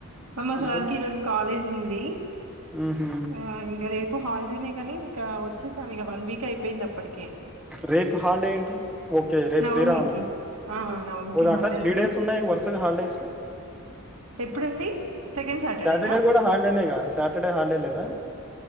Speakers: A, on the right; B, in the centre.
A: అమ్మ
B: ఉంటది
A: సార్కి ఈరోజు కాలేజ్ ఉంది,
B: ఉహు
A: ఆ ఇంగ రేపు హాలిడేనే కనీ. క వచ్చేసాం ఇక వన్ వీక్ అయి. పోయింది అప్పటికి.
B: రేపు హాలిడే ఏంటి? ఓకే రేపు
A: నవమికి.
B: శ్రీ రామ నవమి.
A: ఆ! నవమికి
B: ఓ
A: హాలిడే
B: అట్లా త్రీ
A: ఉందిగా
B: డేస్ ఉన్నాయి వర్స్. హల్డేస్.
A: ఎప్పుడండి. సెకండ్ సాటర్డేనా?
B: సాటర్డే కూడా హాలిడేనే క సాటర్డే హాలిడే లేదా.